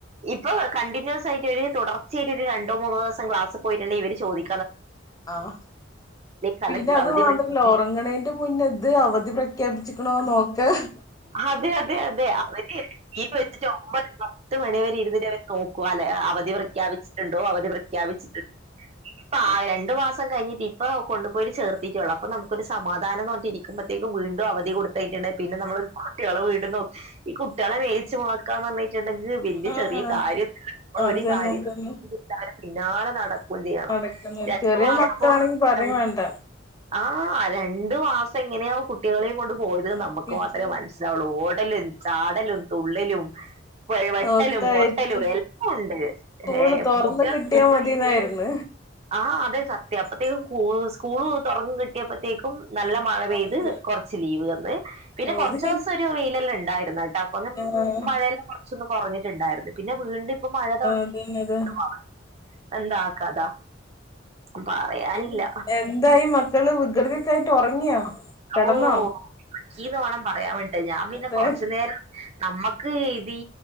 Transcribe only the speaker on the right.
ഇപ്പൊ കണ്ടിന്യൂസായിട്ട് ഒര് തുടർച്ചയായിട്ടൊര് രണ്ടോ മൂന്നോ ദിവസം ക്ലാസി പോയിട്ടുണ്ടെ ഇവര് ചോദി
കലക്ടർ
അവധി
പ്രഖ്യാ-"
ഹതെ അതെ അതെ അവര് <unintelligible> വെച്ചിട്ട് ഒമ്പത് പത്ത് മണിവരെ ഇരുന്നിട്ട് അവര് തോക്കുവാലേ അവധി പ്രഖ്യാപിച്ചിട്ടുണ്ടോ അവധി പ്രഖ്യാപിച്ചിട്ടുണ്ടോ പ്പായെ രണ്ടു മാസം കഴിഞ്ഞിട്ട് ഇപ്പ കൊണ്ടുപോയിറ്റ് ചേർത്തിട്ടെള്ളൂ അപ്പം നമുക്കൊരു സമാധാനന്ന് പറഞ്ഞിട്ട് ഇരിക്കുമ്പത്തേക്ക് വീണ്ട് ണ്ടു അവധി കൊടുത്തേക്കണെ പിന്നെ നമ്മള് വീടന്നോ ഈ കുട്ട്യാളെ മേച്ചു നോക്കാന്നറഞ്ഞിട്ടുണ്ടങ്ക് വെല്ലിയ
ചെറിയ കാര്യ
ഒരു കാര്യ
കിട്ടിയ പിന്നാലെ നട ക്കും ചെയ്യണം
രണ്ടു
മാസം
പോയി - <unintelligible>
ആഹ് രണ്ടു മാസങ്ങനെയാ കുട്ടികളെയും കൊണ്ട് പോയത്
നമ്മക്ക് മാത്രേ മന അവള് ഓടല് ചാടലും തുള്ളെലും വെട്ടലും
പൊട്ടലും എല്ലാവുണ്ട്
ഏഹ്
കുട്ടികളെ
നിർത്തി
- ആഹ് അതെ സത്യം അപ്പഴ്ത്തേക്കു സ്കൂൾ തൊറന്നത് കിട്ടിയപ്പത്തേക്കും നല്ല മഴ പെയ്ത്
കൊറച്ച് ലീവ് തന്ന് പിന്നെ
കൊറ - കൊറച്ചു ദെവസം ഒരു വെയിലുകള് ഇണ്ടായിരുന്നുട്ടോ അപ്പൊന്ന്
മഴയല്ലാം കൊറച്ചൊന്ന് കൊറഞ്ഞിട്ടുണ്ടായിരുന്ന്. പിന്നെ വീണ്ടും ഇപ്പ മഴ തൊട
<unintelligible> എന്താ കഥ ഒന്നും പറയാനില്ല.
ഓഹ് ഒറക്കീന്ന് വേണം പറയാൻ വേണ്ടിട്ട് ഞാൻ പിന്നെ
കൊറച്ചു നേരം നമ്മക്ക് ഇതീ